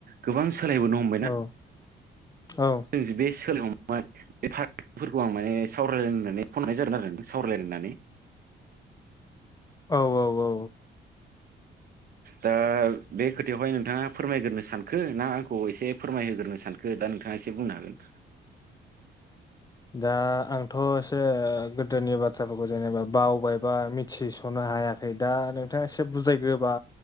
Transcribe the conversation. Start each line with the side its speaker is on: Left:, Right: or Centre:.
Right: गोबां सोलायबोनो हम
Left: औ औ
Right: <unintelligible> बेफार फोरखौ आं माने सावरायलायनो होननानै फन हरनाय जादोंमोन आरो सावरायलायनो होननानै
Left: औ औ औ
Right: दा बे खोथायावहाय नोंथाङा फोरमायग्रोनो सानखो ना आंखौ एसे फोरमायहोग्रोनो सानखो दा नोंथाङा एसे बुंनो हागोन
Left: दा आंथ एसे गोदोनि बाथ्राफोरखौ जेनेबा बावबायबा मि थिसनो हायाखै दा नोंथाङा एसे बुजायग्रोबा